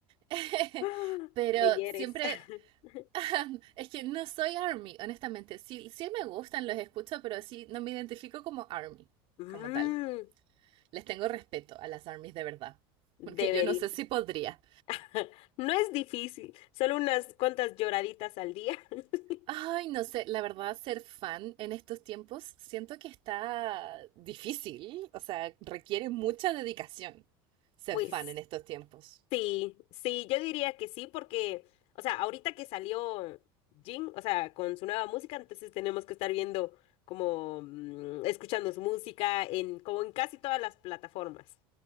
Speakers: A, on the right (about 50°); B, on the left (about 55°).
A: <laughs>
B: <gasps> ¡Ah!
A: Pero
B: Me hieres.
A: siempre.
B: <laughs>
A: <laughs> Es que no soy ARMY, honestamente. Sí, sí me gustan, los escucho, pero sí no me identifico como ARMY,
B: Mm,
A: como tal. Les tengo respeto a las ARMYs de verdad.
B: debería.
A: Porque yo no sé si podría.
B: <laughs> No es difícil, solo unas cuantas lloraditas al día. <laughs>
A: Ay, no sé, la verdad, ser fan en estos tiempos siento que está difícil, o sea, requiere mucha dedicación ser
B: Pues
A: fan en estos tiempos.
B: Sí, sí, yo diría que sí, porque, o sea, ahorita que salió Jin, o sea, con su nueva música, entonces tenemos que estar viendo como, mm, escuchando su música en, como en casi todas las plataformas.